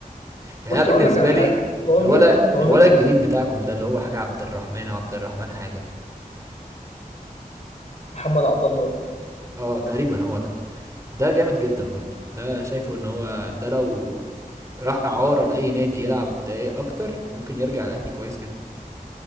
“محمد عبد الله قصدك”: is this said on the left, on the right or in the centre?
Left